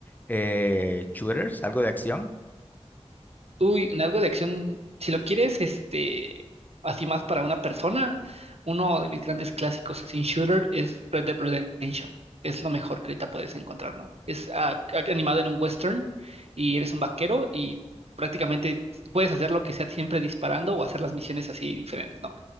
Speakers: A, on the left; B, on the right.
A: eh, shooters, algo de acción?
B: Uy, en algo de acción, si lo quieres, este, así más para una persona, uno de mis grandes clásicos así en shooter es Red Dead Redemption. Es lo mejor que ahorita puedes encontrar, ¿no? Es ah, ac- animado en un western y eres un vaquero y prácticamente puedes hacer lo que sea siempre disparando o hacer las misiones así diferentes, ¿no?